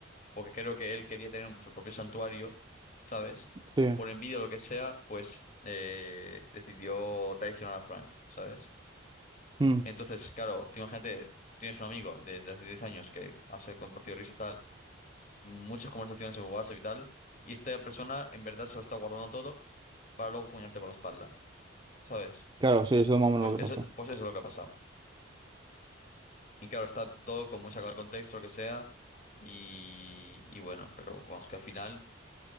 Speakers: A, on the left (about 40°); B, on the right (about 25°).
A: porque creo que él quería tener un- su propio santuario, ¿sabes?
B: Sí.
A: Por envidia o lo que sea, pues eh, decidió traicionar a Frank, ¿sabes?
B: Mm,
A: Entonces, claro, tú imagínate, tienes un amigo desde hace 10 años que has eh, compartido risas tal, muchas conversaciones en WhatsApp y tal, y esta persona en verdad se lo está guardando todo para luego puñarte por la espalda, ¿sabes?
B: claro, sí, eso es más o menos
A: Pues
B: lo
A: eso,
B: que pasó.
A: pues eso es lo que ha pasado. Y claro, está todo con muy sacado de contexto, lo que sea, y, y bueno, pero vamos que al final...